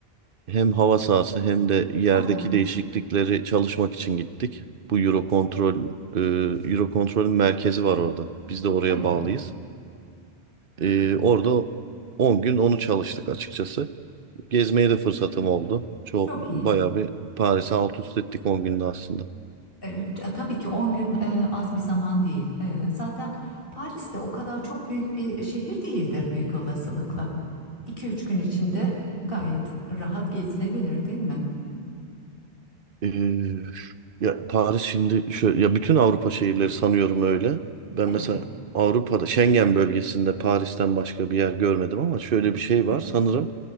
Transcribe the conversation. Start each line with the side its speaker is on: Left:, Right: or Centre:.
Right: hem hava sahası hem de yerdeki
Left: Aha,
Right: değişiklikleri çalışmak için gittik. Bu Eurocontrol, e, Eurocontrol'ün merkezi var orada. Biz de oraya
Left: evet,
Right: bağlıyız. E, orada 10 gün onu çalıştık açıkçası. Gezmeye de fırsatım oldu. Çok
Left: çok
Right: bayağı
Left: iyi.
Right: bir Paris'i alt üst ettik 10 günde aslında.
Left: Evet, E, t- tabii ki 10 gün e, az bir zaman değil. E, zaten Paris de o kadar çok büyük bir şehir değildir büyük olasılıkla. 2 üç gün içinde gayet rahat gezilebilir değil mi?
Right: Ee, ya Paris şimdi şöyle ya bütün Avrupa şehirleri sanıyorum öyle. Ben
Left: Evet,
Right: mesela Avrupa'da Schengen bölgesinde Paris'ten başka bir yer görmedim ama şöyle bir şey var
Left: e-
Right: sanırım